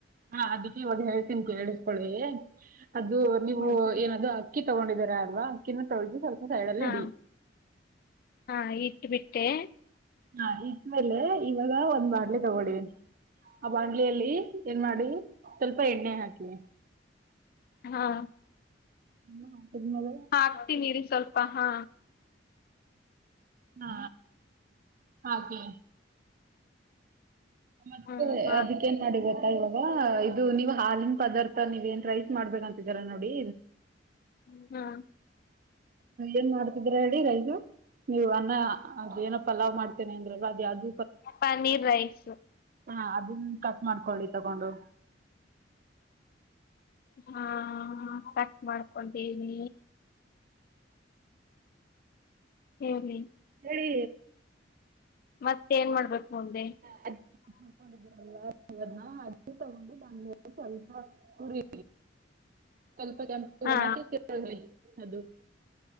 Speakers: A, on the right; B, on the left.
A: ಹಾ ಅದಕ್ಕೆ ಇವಾಗ ಹೇಳ್ತಿನ್ ಕೇಳಿಸ್ಕೊಳ್ಳಿ ಅದು ನೀವು
B: ಹ್ಮ್
A: ಏನದು ಅಕ್ಕಿ ತಗೊಂಡಿದಾರ ಅಲ್ವಾ, ಅಕ್ಕಿನ ತೋಳ್ದು ಸ್ವಲ್ಪ ಸೈಡಲ್ಲಿ
B: ಹಾ
A: ಇಡಿ
B: ಹಾ ಇಟ್ಟ ಬಿಟ್ಟೆ
A: ಹಾ ಇಟ್ಟ್ಮೇಲೆ ಇವಾಗ ಒಂದ್ ಬಾಣ್ಲಿ ತಗೊಳ್ಳಿ, ಆ ಬಾಣ್ಲಿಯಲ್ಲಿ ಏನ್ ಮಾಡಿ, ಸ್ವಲ್ಪ ಎಣ್ಣೆ ಹಾಕಿ.
B: ಹಾ
A: ಹಾ ತಿರುಮಲ
B: ಹಾಕ್ತೀನಿ ಇರಿ ಸ್ವಲ್ಪ ಹಾ
A: ಹಾ ಹಾಕಿ. ಮತ್ತೆ
B: ಹ್ಮ್ ಹಾಕ್ರಿ
A: ಅದಕ್ಕೇನ್ ಮಾಡಿ ಗೊತ್ತಾ ಇವಾಗ್ ಈಗ ನೀವ್ ಹಾಲಿನ ಪದಾರ್ಥ, ನೀವೇನ್ ರೈಸ್ ಮಾಡ್ಬೇಕಂತಿದೀರ ನೋಡಿ
B: ಹ್ಮ
A: ಏನ್ ಮಾಡ್ತಿದ್ರ ಹೇಳಿ ರೈಸ, ನೀವು ಅನ್ನ ಅದ ಏನ ಪಲಾವ್ ಮಾಡ್ತೇನೆ ಅಂದ್ರಲ್ಲ ಯಾವ್ದ?
B: ಪನ್ನೀರ್ ರೈಸ್.
A: ಹಾ ಅದನ್ ಕಟ್ ಮಾಡ್ಕೊಳ್ಳಿ ತಗೊಂಡು
B: ಹಾ ಕಟ್ ಮಾಡ್ಕೊಂಡೇನಿ. ಹೇಳಿ
A: ರೀ
B: ಮತ್ತೆ ಏನ್ ಮಾಡ್ಬೇಕು? ಮುಂದೆ
A: ಹ <unintelligible> <inaudible> ತಗೊಂಡು ಬಂದ ಸ್ವಲ್ಪರಿ ಸ್ವಲ್ಪ ಕೆಂಪುಣಕಿ
B: ಹಾ
A: ಅದು <inaudible>